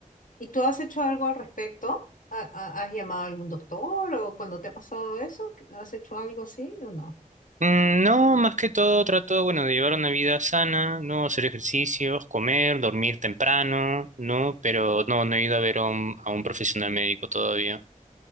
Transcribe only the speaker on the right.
Mm, No, más que todo trato, bueno, de llevar una vida sana, no hacer ejercicios, comer, dormir temprano, ¿no? Pero no, no he ido a ver a un, a un profesional médico todavía,